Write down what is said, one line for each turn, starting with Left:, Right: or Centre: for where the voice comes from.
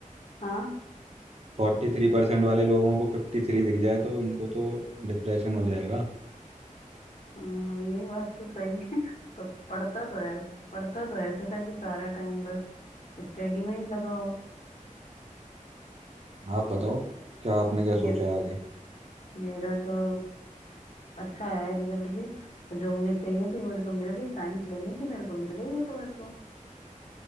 Left: हाँ
Right: फोर्टी थ्री परसेंट वाले लोगों को फिफ्टी थ्री दिख जाए तो उनको तो डिप्रेशन हो जाएगा
Left: हाँ, ये बात तो सही है <laughs> पर पढ़ता तो ऐसे पढ़ता तो ऐसे था कि सारा टाइम बस स्टडी में ही लगा हो
Right: आप बताओ क्या आपने क्या
Left: मेरा
Right: सोचा है आगे
Left: मेरा तो अच्छा आया रिजल्ट भी और जो मुझे चाहिए थी मेरे को मिल गई साइंस लेनी थी मेरे को मिल गई वो तो मेरे को